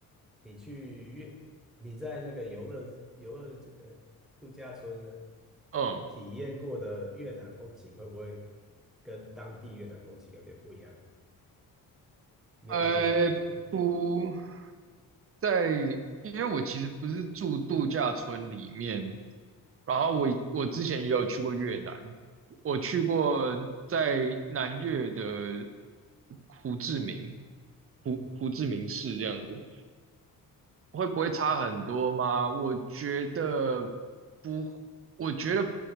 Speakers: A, in the centre; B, on the right (about 40°).
A: 你去越你在那个游乐游乐这呃度假村
B: 嗯
A: 体验过的越南风情，会不会跟当地越南风情有点不一样？你有没有这个感觉？
B: 呃，不在，因为我其实不是住度假村里面，然后我我之前也有去过越南，我去过在南越的胡志明，胡胡志明市这样子。
A: 嗯
B: 会不会差很多吗？我觉得不，我觉得